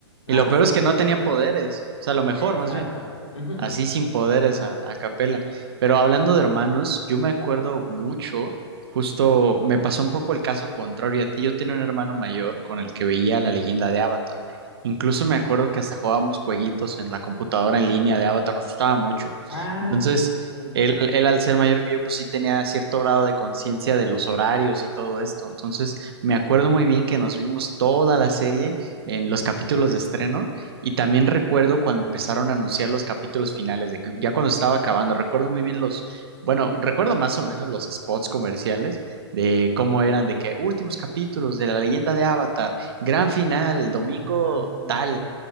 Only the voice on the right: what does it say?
Y lo peor es que no tenía poderes, o sea, lo mejor,
más bien.
Así sin poderes a, a capela. Pero hablando de hermanos, yo me acuerdo mucho, justo me pasó un poco el caso contrario a ti. Yo tenía un hermano mayor con el que veía la leyenda de Avatar. Incluso me acuerdo que hasta jugábamos jueguitos en la computadora en línea de Avatar, nos gustaba mucho.
Entonces,
él, él al ser mayor que yo, pues sí tenía cierto grado de conciencia de los horarios y todo esto. Entonces, me acuerdo muy bien que nos vimos toda la serie en los capítulos de estreno. Y también recuerdo cuando empezaron a anunciar los capítulos finales, de que ya cuando estaba acabando, recuerdo muy bien los, bueno, recuerdo más o menos los spots comerciales de cómo eran, de que últimos capítulos de la leyenda de Avatar, gran final, domingo
tal.